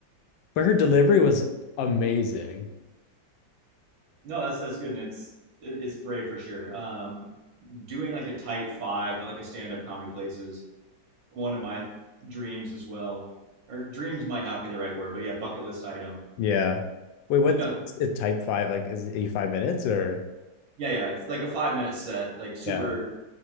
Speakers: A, on the left; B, on the right.
A: but her delivery was amazing
B: No, that's that's good, and it's it- it's brave for sure. Um, doing like a tight five at like a stand-up comedy place is one of my dreams as well. Or dreams might not be the right word, but yeah, bucket list item.
A: Yeah. wait what's
B: But no,
A: it type five like is it five minutes or
B: yeah, yeah, like, like a five-minute set, like super
A: Yeah.